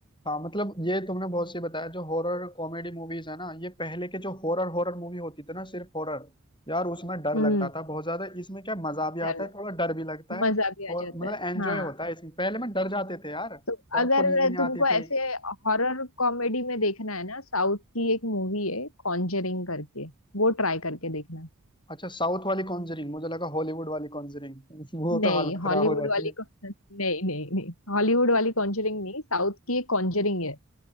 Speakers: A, on the left (about 20°); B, on the left (about 70°).
A: हाँ मतलब ये तुमने बहुत सही बताया जो हॉरर कॉमेडी मूवीज है ना ये पहले के जो हॉरर हॉरर मूवी होती थी ना सिर्फ हॉरर यार उसमें डर
B: हम्म
A: लगता था बहुत ज्यादा इसमें क्या मजा भी
B: चल
A: आता है थोड़ा डर भी लगता है
B: मजा भी आ
A: और
B: जाता
A: मतलब
B: है
A: एंजॉय
B: हाँ
A: होता है इसमें पहले में डर जाते थे यार
B: तो
A: रात
B: अगर
A: को नींद नहीं
B: तुमको
A: आती
B: ऐसे
A: थी
B: हॉरर कॉमेडी में देखना है ना साउथ की एक मूवी है कॉन्जरिंग करके वो ट्राई करके देखना
A: अच्छा साउथ वाली कॉन्जरिंग मुझे लगा हॉलीवुड वाली कॉन्जरिंग <laughs> वो
B: नहीं
A: तो हालत
B: हॉलीवुड
A: खराब हो जाती
B: वाली
A: है
B: को नहीं नहीं नहीं हॉलीवुड वाली कॉन्जरिंग नहीं साउथ की एक कॉन्जरिंग है